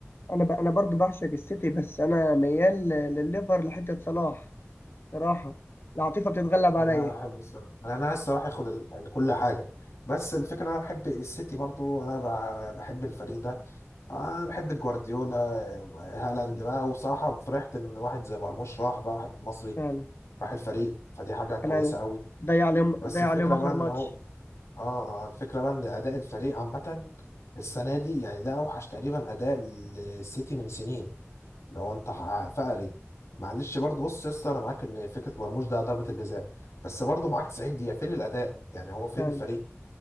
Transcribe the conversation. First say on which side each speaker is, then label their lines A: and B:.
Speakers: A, on the left; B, on the left.
A: انا ب... انا برضو بعشق السيتي بس انا ميال ل- للليفر لحته صلاح صراحه العاطفه بتتغلب عليا
B: انا احب الصراحه انا انا عايز الصراحه ياخد ال- ال- كل حاجه بس الفكره انا بحب السيتي برضو انا ب- بحب الفريق ده انا بحب جوارديولا هالاند بقى وصراحه فرحت ان واحد زي مرموش راح بقى واحد مصري
A: فعلا
B: راح الفريق فدي حاجه كويسه
A: كان
B: قوي
A: ضيع عليهم
B: بس
A: ضيع
B: الفكره
A: عليهم اخر
B: بقى ان
A: ماتش
B: هو اه اه الفكرة بقى ان اداء الفريق عامة السنة دي يعني ده اوحش تقريبا اداء للسيتي من سنين لو انت ح- فقري معلش برضه بص يا اسطى انا معاك ان فكرة مرموش ده ضربة الجزاء بس برضه معاك 90 دقيقة فين الاداء يعني هو فين
A: فعلا
B: الفريق